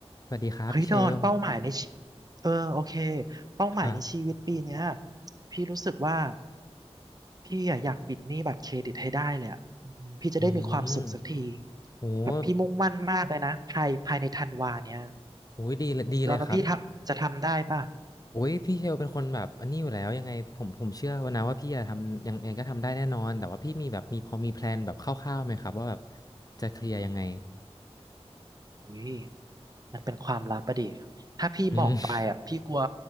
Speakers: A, on the left (about 35°); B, on the right (about 35°).
A: สวัสดีครับพี่เชล
B: เฮ้ยดอนเป้าหมายในชีเออโอเคเป้าหมายในชีวิตปีเนี้ย
A: ครับ
B: พี่รู้สึกว่าพี่อะอยากปิดหนี้บัตรเครดิตให้ได้เลยอ่ะอืมพี่จะได้มีความสุขสักที
A: อืมโห
B: แบบพี่มุ่งมั่นมากเลยนะภายภายในธันวาเนี้ย
A: โอ้ยดีเลยดีเลยครับ
B: ดอนว่าพี่ทับจะทำได้ป่ะ
A: โอ้ยพี่เชลเป็นคนแบบอันนี้อยู่แล้วยังไงผมผมเชื่อว่านะว่าพี่จะทำยังยังไงก็ทำได้แน่นอนแต่ว่าพี่มีแบบมีพอมีแพลนแบบคร่าวๆไหมครับว่าแบบจะเคลียร์ยังไง
B: อุ้ยมันเป็นความลับอะดิถ้าพี่บอกไปอ่ะพี่กลัว
A: อืม